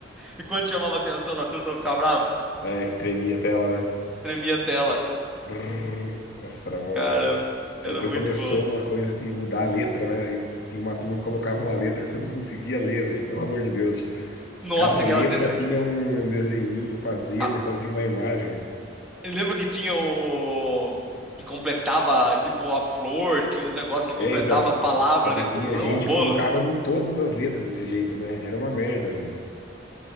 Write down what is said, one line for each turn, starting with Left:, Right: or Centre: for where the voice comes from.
Centre: E quando chamava atenção da turma, eu ficava bravo.
Left: É, que tremia a tela, né?
Centre: Tremia a tela.
Left: Brrr. Nossa, era bom,
Centre: Cara,
Left: velho. Aí
Centre: era
Left: depois
Centre: muito
Left: começou
Centre: bom.
Left: uma coisa de mudar a letra, né? Aí tinha uma turma que colocava uma letra que você não conseguia ler, velho. Pelo amor de Deus.
Centre: Nossa,
Left: Cada
Centre: aquelas
Left: letra
Centre: letras.
Left: tinha um, um desenhinho fazendo
Centre: Ah,
Left: e fazia uma imagem, velho.
Centre: eu lembro que tinha o. Que completava, tipo, a flor, tinha uns negócios que
Left: É,
Centre: completava
Left: então.
Centre: as palavras,
Left: Só que
Centre: né?
Left: tinha
Centre: Um um
Left: gente
Centre: rolo.
Left: que colocava em todas as letras desse jeito, né? Era uma merda, velho.